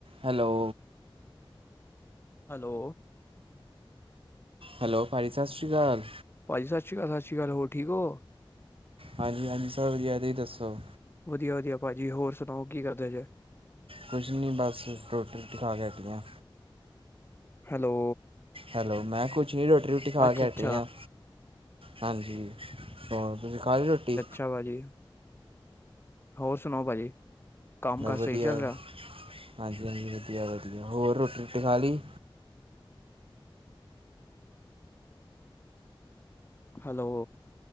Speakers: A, on the right (about 80°); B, on the left (about 25°).
A: Hello
B: hello
A: hello ਭਾਜੀ ਸਤਿ ਸ਼੍ਰੀ ਅਕਾਲ।
B: ਭਾਜੀ ਸਿ ਸ਼੍ਰ ਕਾਲ ਸਿ ਸ਼੍ਰ ਕਾਲ ਹੋ ਠੀਕ ਹੋ।
A: ਹਾਂਜੀ -ਹਾਂਜੀ ਸਭ ਵਧੀਆ ਦੇ ਤੁਹੀ ਦੱਸੋ।
B: ਵਧੀਆ -ਵਧੀਆ ਭਾਅਜੀ ਹੋਰ ਸੁਣਾਓ ਕੀ ਕਰਦੇ ਜੇ
A: ਕੁਛ ਨਹੀਂ ਬਸ ਰੋਟੀ ਰੁਟੀ ਖਾ ਕੇ ਹਟੇ ਆਂ।
B: ਹੈਲੋ
A: ਹੈਲੋ ਮੈਂ ਕੁਛ ਨ ਰੋਟੀ ਰੁਟੀ ਖਾ
B: ਅੱਛਾ
A: ਕੇ ਹਟੇ
B: ਅੱਛਾ
A: ਆਂ। ਹਾਂਜੀ ਹੋਰ ਤੁਸੀਂ ਖਾ ਲੀ ਰੋਟੀ
B: ਇਹ ਵਾਲੀ ਹੋਰ ਸੁਣਾਉ ਭਾਜੀ ਕੰਮ ਕਾਰ
A: ਵਧੀਆ
B: ਸਹੀ ਚੱਲ ਰਿਹਾ
A: ਹਾਂਜੀ -ਹਾਂਜੀ ਵਧੀਆ -ਵਧੀਆ ਹੋਰ ਰੋਟੀ ਰੁਟੀ ਖਾ ਲਈ
B: ਹੈਲੋ